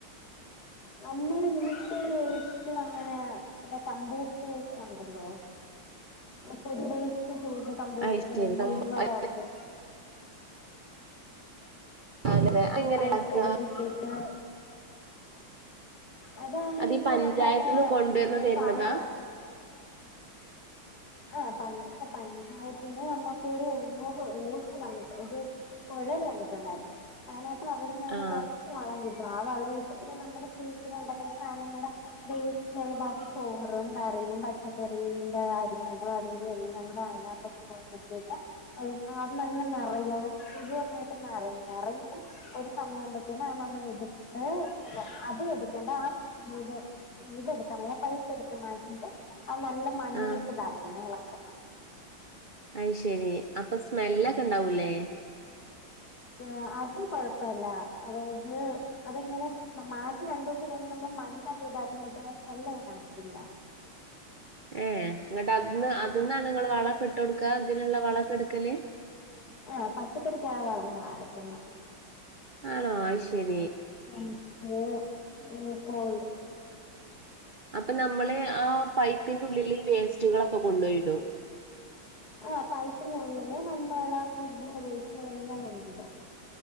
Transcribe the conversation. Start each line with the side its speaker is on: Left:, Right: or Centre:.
Left: നമ്മള് നിക്ക് ഇഷ്ടം അങ്ങനെ. ഇത കമ്പോസ്റ്റ് വേസ്റ്റ് ഉണ്ടല്ലോ ഫുഡ് വേസ്റ്റ് ചെയ്ത് കമ്പോസ്റ്റ്
Right: അത് ശരി കമ്പ-
Left: ജൈവ വളൊക്കെ.
Right: അതെ.
Left: പിന്ന
Right: എങ്ങനെ
Left: പൈപ്പ
Right: ഇണ്ടാക്കാ
Left: എടുത്തിട്ടിട്ട് അതാണെങ്കി
Right: അത് ഈ പഞ്ചായത്ത്ന്ന്
Left: നമ്മുടെ
Right: കൊണ്ടുവന്ന്
Left: എന്ത ഒരു
Right: തര്ണതാ
Left: ഭാഗ <unintelligible> ആഹ് പഞ്ച അല്ല പഞ്ചായത്തിന്റെ നമ്മുക്കൊരു <unintelligible> ഒരു കൊഴല് വന്നിട്ടുണ്ടായിരുന്നു അയിനകത്ത് അവിടുന്ന് തന്നെ
Right: ആഹ്
Left: കൊറച്ച് വളം കിട്ടും ആ വളം കട്ട് പിന്നെ നമ്മുടെ വീട്ടിലുണ്ടാക്കുന്ന സാധനങ്ങളുടെ വേസ്റ്റാണ് ബാക്കി ചോറും കറിയും പച്ചക്കറിയ അരി ആഹ് അതിന്റെ <unintelligible> <unintelligible> നിറഞ് ഒരു സമയാവുംബത്തേന് അത് നമ്മൾ എടുത്ത് അത് എടുക്കേണ്ട ആ ഇത് ഇതെടുത്താമതിയേ പൈപ്പെട് മാറ്റിട്ട് അത് നല്ല മണ്ണിട്ട്
Right: ആഹ്
Left: ഇതാക്കണം ഇളകനം.
Right: അയ്‌ശെരി അപ്പൊ സ്മെല്ലക്കണ്ടാവൂല്ലേ
Left: ആഹ് അത് കൊഴപ്പല്ല അതായത് അതങ്ങനെ മാറ്റി രണ്ട് ദിവസം കഴിയുമ്പോ മണ്ണൊക്കെ ഇതാക്കും പക്ഷേ സ്മെല്ലൊന്നും കാണത്തില്ല.
Right: ഏ ഇങ്ങട്ട് അതിന്ന് അതിന്നാണ് നിങ്ങള് വളക്കെ ഇട്ട് കൊടുക്കുക ഇതിനുള്ള വളക്കെ എടുക്കല്
Left: ആഹ് പച്ചക്കറിക്കാ വളങ്ങളാ എടുക്കുന്നെ
Right: ആണോ അയ്ശെരി
Left: <unintelligible>
Right: അപ്പൊ നമ്മള് ആ പൈപ്പിന്റെള്ളിൽ വേസ്റ്റുകളൊക്കെ കൊണ്ടുപോയിടും.
Left: ആ പൈപ്പിനുള്ളില് നമ്മളെ ഫുഡിന്റെ വേസ്റ്റുകളെല്ലാം കൊണ്ടിടാം.